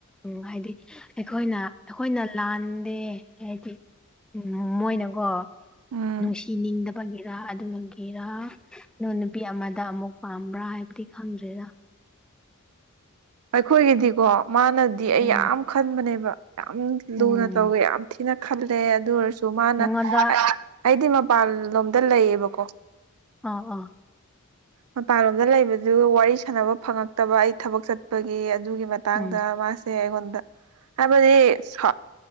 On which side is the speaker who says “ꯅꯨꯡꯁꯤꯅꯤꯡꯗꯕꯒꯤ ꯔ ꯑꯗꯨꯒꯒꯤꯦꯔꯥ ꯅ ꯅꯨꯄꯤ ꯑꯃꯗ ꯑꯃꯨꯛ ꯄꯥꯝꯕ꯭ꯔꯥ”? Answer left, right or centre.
Centre